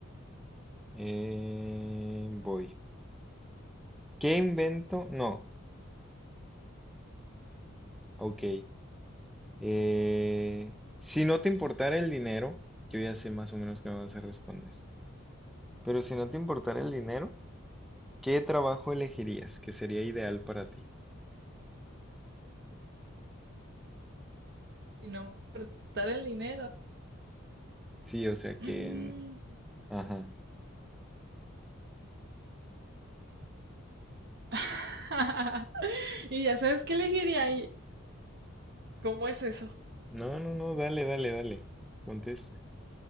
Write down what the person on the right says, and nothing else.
Y no importar el dinero.
Mm.
<laughs> Y ya sabes qué elegiría ahí. ¿Cómo es eso?